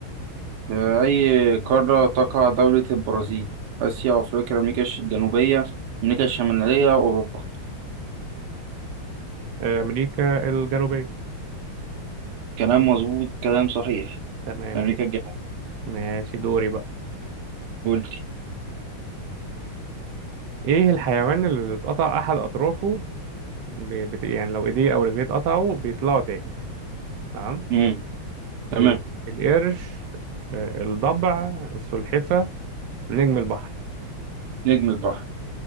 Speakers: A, on the right; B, on the right.
A: في أي قارة تقع دولة البرازيل آسيا أفريقيا أمريكا الجنوبية أمريكا الشمالية أوروبا
B: امريكا الجنوبية
A: كلام مظبوط كلام صحيح
B: تمام
A: أمريكا
B: جدا
A: الجنوبية
B: ماشي دوري بقى
A: قلت
B: ايه الحيوان اللي اتقطع احد اطرافه ب... بت... يعني لو ايديه او رجليه اتقطعوا بيطلعوا تاني تمام.
A: امم تمام
B: ال... القرش آه، الضبع السلحفة نجم البحر
A: نجم البحر